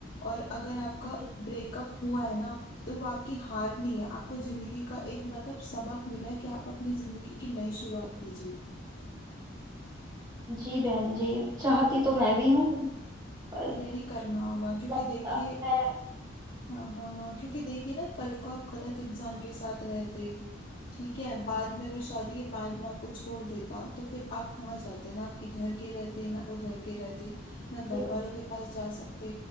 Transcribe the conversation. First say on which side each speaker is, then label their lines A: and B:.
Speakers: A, on the left; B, on the right.
A: और अगर आपका
B: जी
A: ब्रेकअप हुआ है ना तो वो आपकी हार नहीं है आपको जिंदगी का एक मतलब सबक मिला है कि आप अपनी जिंदगी की नई शुरुआत कीजिए
B: जी बहन जी चाहती तो मैं भी हूँ पर
A: यही करना होगा क्योंकि
B: लगता
A: देखिए
B: है
A: हाँ हाँ हाँ क्योंकि देखिए ना कल को आप गलत इंसान के साथ रहते ठीक है बाद में अगर शादी के बाद वो आपको छोड़ देता तो फिर आप कहाँ जाते ना आप इधर के रहते ना उधर के रहते ना घर
B: ये
A: वालों
B: बात
A: के
B: है
A: पास जा सकते